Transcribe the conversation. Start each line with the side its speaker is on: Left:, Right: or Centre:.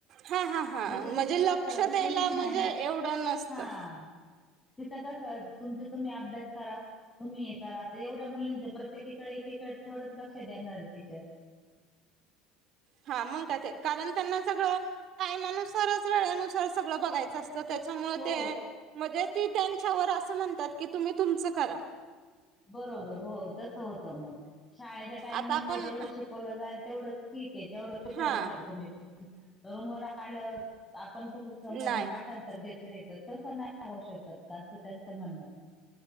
Right: हा हा हा
Left: तसं
Right: म्हणजे
Left: तिथं कसं,
Right: लक्ष द्यायला
Left: कोणीच
Right: म्हणजे
Left: नाही ना.
Right: एवढं नसतं
Left: हा. तिथं कसं, तुमचा तुम्ही अभ्यास करा. तुम्ही हे करा. आता एवढ्या मुलींचं, प्रत्येकीकडे, एकीकड थोडंच लक्ष देणारय टीचर.
Right: हा मग काय ते. कारण त्यांना सगळं, टायमानुसारच वेळेनुसार, सगळं बघायचं असत. त त्याच्यामुळे
Left: हो
Right: ते. म्हणजे ती त्यांच्यावर असं म्हणतात की, तुम्ही तुमचं करा.
Left: बरोबर. हो, तसं होतं मग. शाळेच्या टाइमिंग
Right: आता
Left: मध्ये
Right: आपण
Left: जेवढं शिकवलं जाईल, तेवढंच ठीकय. तेवढं विचारू
Right: हा
Left: शक तुम्ही पण. रूम वर आल्यावर. आपण कसं, समोरून
Right: नाही
Left: पाठांत तर घेतो एकत्र. तसं नाही होऊ शकत का? असं त्यांचं म्हणणं.